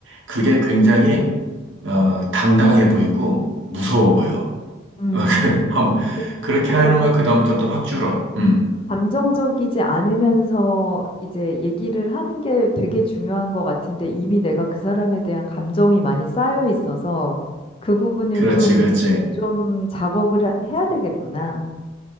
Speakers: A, on the right; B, on the left.
A: 그게 굉장히 어, 당당해 보이고 무서워 보여.
B: 음,
A: <laughs> 어, 그래, 함-
B: 그-
A: 그렇게
B: 그러니까
A: 해놓으면 그다음부터 또 확 줄어. 음,
B: 감정적이지 않으면서 이제 얘기를 하는 게 되게 중요한 것 같은데 이미 내가 그 사람에 대한 감정이 많이 쌓여 있어서 그 부분을
A: 그렇지,
B: 좀,
A: 그렇지.
B: 좀 작업을 하- 해야 되겠구나.